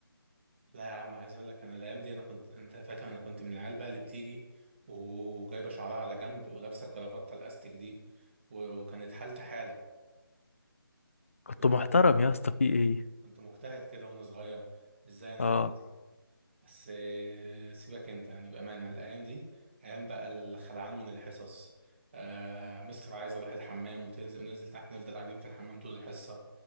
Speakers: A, on the right; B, on the left.
A: لا يا عم عايز اقول لك انا الايام دي انا كنت انت فاكر انا كنت من العيال بقى اللي بتيجي وجايبه شعرها على جنب ولابسه الجرافته الاستيك دي و- وكانت حالتي حاله
B: <laughs> كنت
A: كنت
B: محترم يا اسطى في ايه
A: كنت مجتهد كده وانا صغير مش زي انا
B: اه
A: دلوقتي بس آه، سيبك انت يعني بأمانة الأيام دي أيام بقى الخلعان من الحصص آه مستر عايز أروح الحمام وتنزل وننزل تحت نفضل قاعدين في الحمام طول الحصة